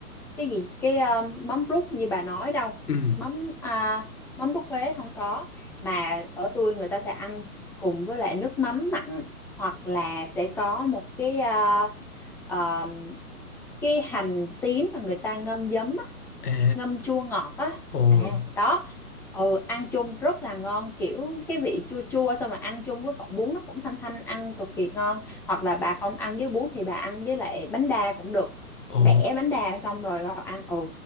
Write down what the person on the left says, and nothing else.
Ừ.
À,
ồ,
ồ.